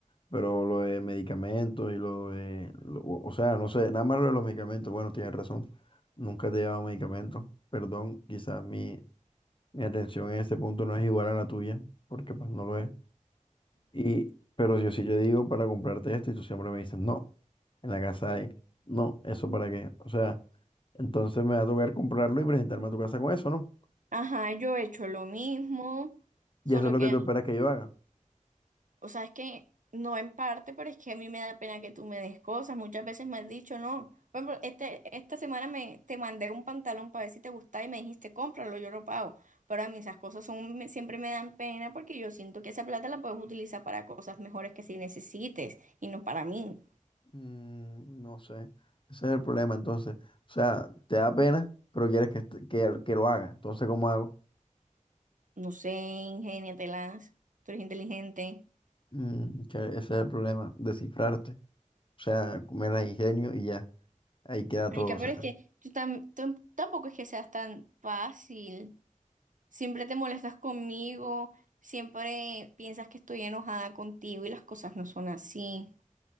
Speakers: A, on the left; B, on the right.
A: Pero lo de medicamentos y lo de, lo- o sea, no sé, nada más lo de los medicamentos. Bueno, tienes razón. Nunca te he llevado medicamentos. Perdón, quizás mi, mi atención en este punto no es igual a la tuya, porque pues no lo es. Y, pero yo sí yo digo para comprarte esto y tú siempre me dices, no, en la casa hay, no, ¿eso para qué? O sea, entonces me va a tocar comprarlo y presentarme a tu casa con eso, ¿no?
B: Ajá, yo he hecho lo mismo, solo
A: Y eso es lo
B: que,
A: que tú esperas que yo haga.
B: o sea, es que no en parte, pero es que a mí me da pena que tú me des cosas. Muchas veces me has dicho, no. Por ejemplo, este, esta semana me, te mandé un pantalón para ver si te gustaba y me dijiste, cómpralo, yo lo pago. Pero a mí esas cosas son, me- siempre me dan pena porque yo siento que esa plata la puedes utilizar para cosas mejores que si necesites y no para mí.
A: Mm, no sé. Ese es el problema, entonces. O sea, te da pena, pero quieres que, est- que, que lo haga. Entonces, ¿cómo hago?
B: No sé, ingéniatelas, tú eres inteligente.
A: Mm, que ese es el problema, descifrarte. O sea, me la ingenio y ya. Ahí queda
B: Marica,
A: todo. O sea,
B: pero es que tú, tam- tú tampoco es que seas tan fácil. Siempre te molestas conmigo, siempre piensas que estoy enojada contigo y las cosas no son así.